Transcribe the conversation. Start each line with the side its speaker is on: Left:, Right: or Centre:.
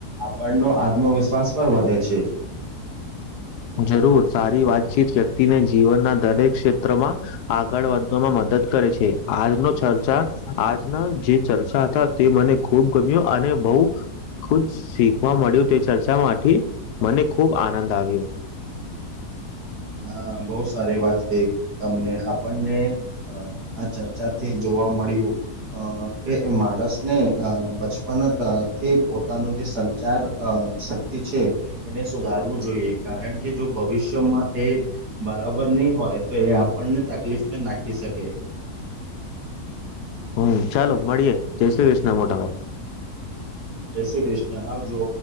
Right: આપણનો આત્મવિશ્વાસ પણ વધે છે.
Left: જરૂર સારી વાતચીત વ્યક્તિને જીવનના દરેક ક્ષેત્રમાં આગળ વધવામાં મદદ કરે છે આજનો ચર્ચા આજના જે ચર્ચા હતા તે મને ખુબ ગમ્યો અને બહ કુ શીખવા મળ્યું તે ચર્ચામાંથી મને ખૂબ આનંદ આવ્યો.
Right: હા બહુ સારી વાત દે તમને આપણને આ ચર્ચાથી જોવા મળ્યું કે એ માણસ ને બચપનથી પોતાનું જે સંચાર શક્તિ છે એને સુધાર કરવું જોઈએ કારણ કે જો ભવિષ્યમાં એ બરાબર નહી હોય તો એ આપણને તકલીફ નાખી શકે.
Left: હમ ચાલો મળીયે જય શ્રી કૃષ્ના મોટા ભાઈ.
Right: જય શ્રી કૃષ્ણ આવજો.